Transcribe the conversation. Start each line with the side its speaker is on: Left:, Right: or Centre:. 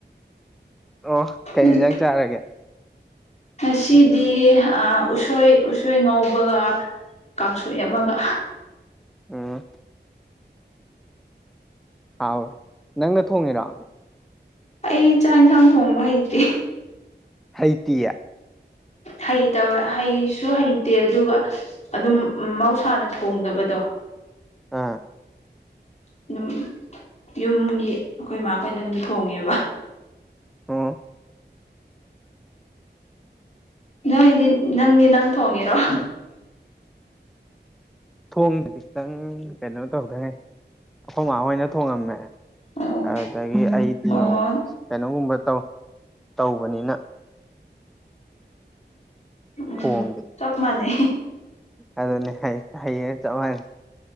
Centre: ꯑꯣ ꯀꯩ
Left: ꯎꯝ
Centre: ꯌꯦꯟꯖꯥꯡ ꯆꯥꯔꯒꯦ
Left: ꯉꯁꯤꯗꯤ ꯑꯥ ꯎꯁꯣꯏ ꯎꯁꯣꯏ ꯉꯧꯕꯒ ꯀꯥꯡꯁꯣꯏ ꯑꯃꯒ
Centre: ꯎꯝ ꯍꯥꯎꯔꯦ ꯅꯪꯅ ꯊꯣꯡꯉꯤꯔꯣ
Left: ꯑꯩ ꯆꯥꯛ ꯏꯟꯁꯥꯡ ꯊꯣꯡꯕ ꯍꯩꯇꯦ
Centre: ꯍꯩꯇꯤꯌꯦ
Left: ꯍꯩꯇꯕ ꯍꯩꯁꯨ ꯍꯩꯇꯦ ꯑꯗꯨꯒ ꯑꯗꯨꯝ ꯃꯍꯧꯁꯥꯅ ꯊꯣꯡꯗꯕꯗꯣ
Centre: ꯑꯥ
Left: ꯑꯗꯨꯝ ꯌꯨꯝꯒꯤ ꯑꯩꯈꯣꯏ ꯏꯃꯥ ꯃꯈꯣꯏꯅ ꯑꯗꯨꯝ ꯊꯣꯡꯉꯦꯕ
Centre: ꯑꯥ
Left: ꯅꯣꯏꯗꯤ ꯅꯪꯗꯤ ꯅꯪ ꯊꯣꯡꯉꯤꯔꯣ
Centre: ꯊꯣꯡꯕ ꯈꯤꯇꯪ ꯀꯩꯅꯣ ꯇꯧꯗꯩꯉꯥꯢꯔꯤ ꯑꯩꯈꯣꯏ ꯃꯥꯥꯍꯣꯏꯅ ꯊꯣꯡꯉꯝꯃꯦ
Left: ꯑꯣ
Centre: ꯑꯗꯨꯗꯒꯤ ꯑꯩꯗꯤ
Left: ꯑꯣ
Centre: ꯀꯩꯅꯣꯒꯨꯝꯕ ꯇꯧ ꯇꯧꯕꯅꯤꯅ
Left: ꯎꯝ
Centre: ꯊꯣꯡꯒꯦ
Left: ꯆꯞ ꯃꯥꯅꯩ
Centre: ꯑꯗꯨꯅꯦ ꯍꯥꯏ ꯍꯌꯦꯅ ꯆꯞ ꯃꯥꯟꯅꯩ